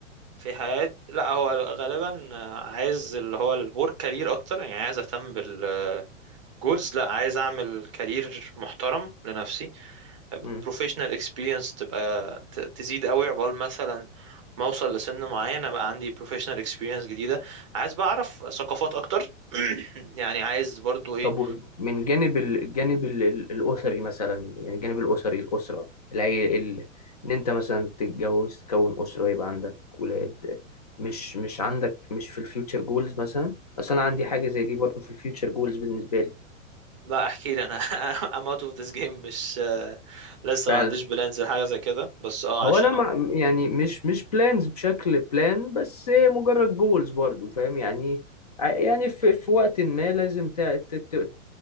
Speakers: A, on the right (about 25°); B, on the left (about 30°).
A: في حياة لا هو غالبا آه، عايز اللي هو الورك كارير اكتر يعني عايز اهتم بال جولز لا عايز اعمل كارير محترم لنفسي
B: مم.
A: بروفيشنال اكسبيرينس تبقى ت- تزيد قوي عقبال مثلا ما اوصل لسن معين ابقى عندي بروفيشنال اكسبيرينس جديده عايز بقى اعرف ثقافات اكتر <clears throat> يعني عايز برضو ايه
B: طب و- من جانب ال- الجانب ال- ال- الأسري مثلا يعني الجانب الأسري الأسرة العي... ال... إن أنت مثلا تتجوز تكون أسرة يبقى عندك ولاد مش مش عندك مش في الفيوتشر جولز مثلا أصل أنا
A: مم،
B: عندي حاجة زي دي برضه في الفيوتشر جولز بالنسبة لي
A: لا احكي لي انا <laughs> I'm out of this game مش آه، لسه
B: فعلا
A: ما عنديش بلانز لحاجه زي كده بس اه
B: هو
A: عشان
B: أنا مع... يعني مش مش بلانز بشكل بلان بس هي مجرد جولز برضه فاهم يعني ع- يعني في, في وقت ما لازم ت... ت... ت...